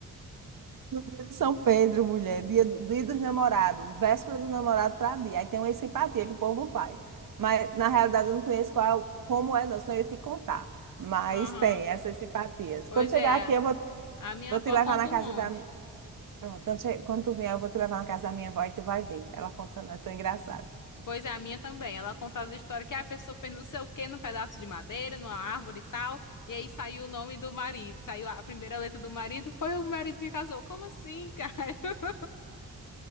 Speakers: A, on the right; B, on the left.
A: No dia de São Pedro, mulher, dia, do dia dos namorados, véspera do namorado para dia. Aí tem uma simpatia que o povo faz. Mas, na realidade, eu não conheço qual, como é, não, senão eu ia te contar. Mas
B: <laughs> Aham.
A: tem essas simpatias.
B: Pois
A: Quando chegar
B: é,
A: aqui, eu vou,
B: a minha
A: vou
B: avó
A: te levar
B: conta
A: na
B: um
A: casa
B: monte.
A: da. Pronto, quando, che- quando tu vier, eu vou te levar na casa da minha avó e tu vai ver. Ela contando, é tão engraçado.
B: Pois é, a minha também. Ela conta as histórias que a pessoa fez não sei o quê num pedaço de madeira, numa árvore e tal. E aí saiu o nome do marido. Saiu a primeira letra do marido. Foi o marido que casou. Como assim, cara? <laughs>